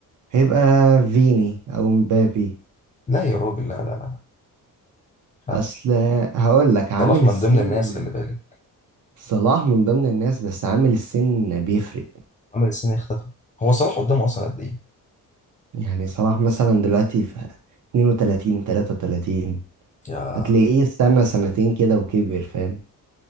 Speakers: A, on the right (about 55°); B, on the left (about 20°).
A: هيبقى فيني او مبابي
B: لا يا راجل لا لا لا لا
A: اصل هقول لك عامل
B: صلاح من
A: السن
B: ضمن الناس خلي بالك
A: صلاح من ضمن الناس بس عامل السن بيفرق
B: عمل السنة اختفى هو صلاح قدامه أصلا قد إيه
A: يعني صلاح مثلا دلوقتي في 32 33
B: يا
A: هتلاقيه استنى سنتين كده وكبر فاهم